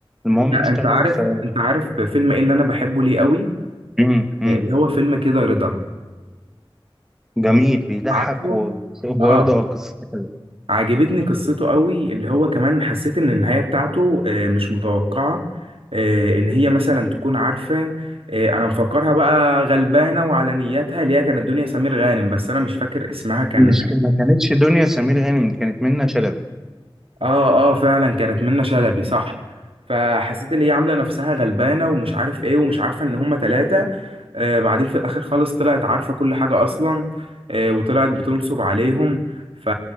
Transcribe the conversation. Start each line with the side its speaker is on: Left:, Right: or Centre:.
Centre: المهم
Right: لا
Centre: اشتغل
Right: انت عارف
Centre: في
Right: انت عارف فيلم ايه اللي انا بحبه ليه قوي
Centre: <clears throat> مم، مم.
Right: اللي هو فيلم كده رضا
Centre: جميل بيضحك
Right: عارفه
Centre: و- وبرضه
Right: اه
Centre: قصته حلوه
Right: عجبتني قصته قوي اللي هو كمان حسيت ان النهاية بتاعته آه، مش متوقعة آه، ان هي مثلا تكون عارفة آه، انا مفكرها بقى غلبانة وعلى نياتها اللي هي كانت دنيا سمير غانم بس انا مش فاكر اسمها كان
Centre: مش ما كانتش دنيا سمير غانم كانت منة شلبي
Right: اه اه فعلا كانت منة شلبي صح فحسيت ان هي عامله نفسها غلبانه ومش عارف ايه ومش عارفه ان هما ثلاثه آه بعدين في الاخر خالص طلعت عارفه كل حاجه اصلا آه وطلعت بتنصب عليهم ف...